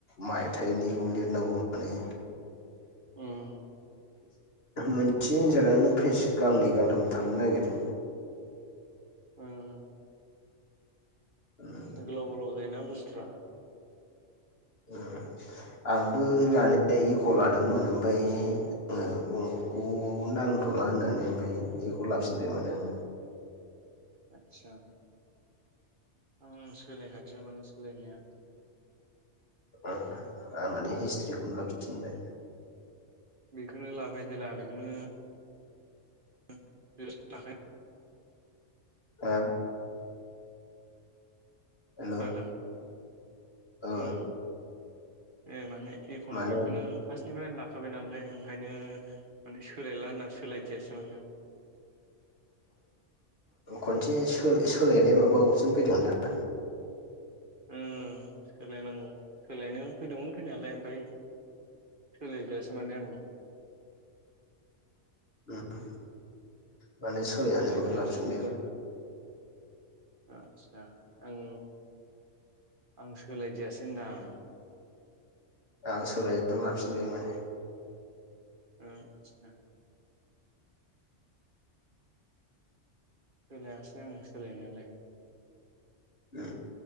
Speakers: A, on the left (about 55°); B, on the right (about 45°).
A: मायथाइनिल' लिरनांगौ माने
B: उम
A: मोनसे एनसारानोे पेज गांनै गांथाम थांनो नागिरो
B: उम
A: उम
B: गोलाव गोलाव जायोना बुस्थुआ
A: उम आंबो लानाया इक' लादोंमोन ओमफ्राय आङो खौ नांथ'ला होननानै ओमफ्राय एखौ लाफिनबाय माने आङो
B: आदसा आं सोलायखादो माने सोलायनाया
A: ओं आं मे हिस्ट्रिखौनो लाफिनबाय
B: बेखोनो लाबाय जेला बेखोनो <unintelligible>
A: ओ हेल'
B: खोनादों,
A: औ
B: ओ ए माने इक'न'मिकखोनो
A: माने
B: फार्स्टनिफ्रायनो लाखाबाय नालाय ओंखायनो माने सोलायला होनना सोलायदियासै माने आं।
A: खनसे सोलायनाय माबा अपसन फैदोंमोन ना?
B: उम सोलायनांगौ सोलायनो फैदोंमोन फैनायालाय ओमफ्राय सोलाय दियासै माने आं
A: <unintelligible> माने सोलायनानै
B: सोलायदियासै
A: ओमफ्राय लाफिननो
B: आङो आदसा आं आं सोलायदियासै होनदो आं
A: आं सोलायना लाफिनबाय माने
B: ओ <unintelligible> सोलायासै आं सोलायनायालाय।
A: ओ